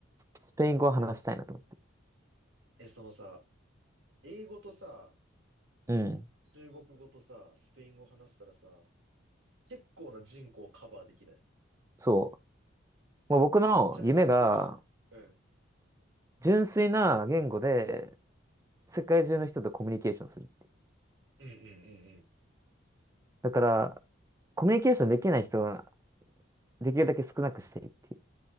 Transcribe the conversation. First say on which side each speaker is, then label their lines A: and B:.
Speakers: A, on the right; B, on the right.
A: スペイン語は話したいなと思って
B: え、だ、え、そのさ、英語とさ、
A: る。うん。
B: 中国語とさ、スペイン語話したらさ、結構な人口をカバーできない。
A: そう。もう僕の夢が、
B: それめちゃめちゃ強いじゃん。うん。
A: 純粋な言語で、世界中の人とコミュニケーションするっていう。
B: うんうんうんうん。
A: だから、コミュニケーションできない人は、できるだけ少なくしていいっていう。